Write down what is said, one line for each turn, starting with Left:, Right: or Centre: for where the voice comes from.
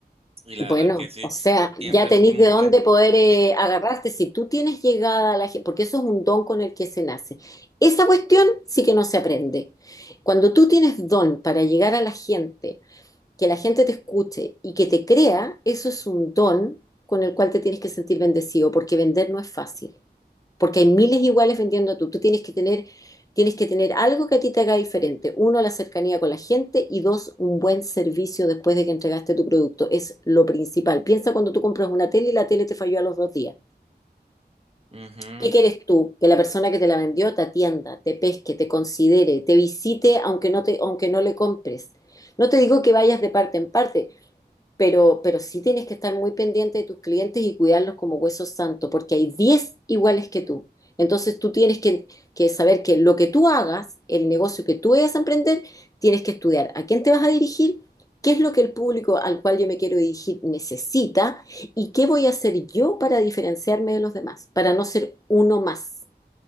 Right: y la
Left: Bueno,
Right: verdad que sí,
Left: o sea,
Right: siempre
Left: ya tenéis
Right: fui muy
Left: de
Right: bueno.
Left: dónde poder eh,
Right: Sí.
Left: agarrarte. Si tú tienes llegada a la gente, porque eso es un don con el que se nace. Esa cuestión sí que no se aprende. Cuando tú tienes don para llegar a la gente, que la gente te escuche y que te crea, eso es un don con el cual te tienes que sentir bendecido, porque vender no es fácil. porque hay miles iguales vendiendo tú. Tú tienes que tener, tienes que tener algo que a ti te haga diferente. Uno, la cercanía con la gente y dos, un buen servicio después de que entregaste tu producto. Es lo principal. Piensa cuando tú compras una tele y la tele te falló a los dos días.
Right: Ujú,
Left: ¿Qué quieres tú? Que la persona que te la vendió te atienda, te pesque, te considere, te visite aunque no te, aunque no le compres. No te digo que vayas de parte en parte, pero, pero sí tienes que estar muy pendiente de tus clientes y cuidarlos como huesos santos, porque hay 10 iguales que tú. Entonces tú tienes que, que saber que lo que tú hagas, el negocio que tú vayas a emprender, tienes que estudiar a quién te vas a dirigir, qué es lo que el público al cual yo me quiero dirigir necesita y qué voy a hacer yo para diferenciarme de los demás, para no ser uno más.